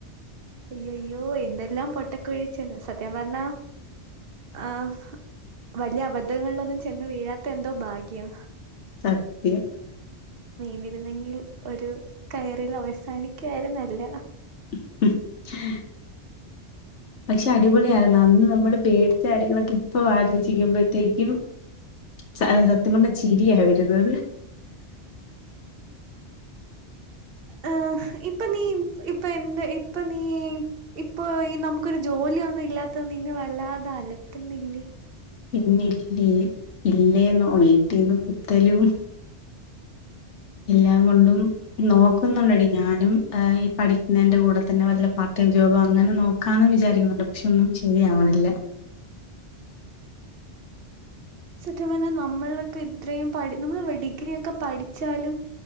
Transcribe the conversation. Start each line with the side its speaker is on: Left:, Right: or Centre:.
Right: അയ്യയ്യോ എന്തെല്ലാം പൊട്ടക്കുഴീച്ചെന്ന് സത്യം പറഞ്ഞാ ആഹ് വലിയ അബദ്ധങ്ങളിലൊന്നും ചെന്ന് വീഴാത്ത എന്തോ ഭാഗ്യം
Left: സത്യം
Right: വീണിരുന്നെങ്കിൽ ഒരു കയറിൽ അവസാനിക്കുകായിരുന്നല്ല
Left: <unintelligible> പക്ഷെ അടിപൊളി ആയിരുന്നു അന്ന് നമ്മള് പേടിച്ച കാര്യങ്ങളൊക്കെ ഇപ്പ ആലോചിക്കുമ്പഴ്ത്തേക്കും സത്യം പറഞ്ഞാ ചിരിയാ വരുന്നത്
Right: ആഹ് ഇപ്പൊ നീ ഇപ്പൊ എന്ത് ഇപ്പൊ നീ ഇപ്പൊ ഈ നമുക്കൊരു ജോലിയൊന്നും ഇല്ലാത്തത് നിന്നെ വല്ലാതെ അലട്ടുന്നില്ലേ
Left: പിന്നെ ഇല്ലേ ഇല്ലേെന്നോ വീട്ടിന്ന് കുത്തലും
Right: <unintelligible>
Left: എല്ലാം കൊണ്ടും നോക്കുന്നുണ്ടടി ഞാനും ഈ പഠിക്കുന്നതിന്റെ കൂടെ തന്നെ വല്ല പാർട്ട് ടൈം ജോബ് അങ്ങനെ നോക്ക് നോക്കാന്നും വിചാരിക്കുന്നുണ്ട് പക്ഷെ ഒന്നും ശരിയാവണില്ല
Right: സത്യം പറഞ്ഞാൽ നമ്മളൊക്കെ ഇത്രയും പ നമ്മള് ഡിഗ്രിൊക്കെ പഠിച്ചാലും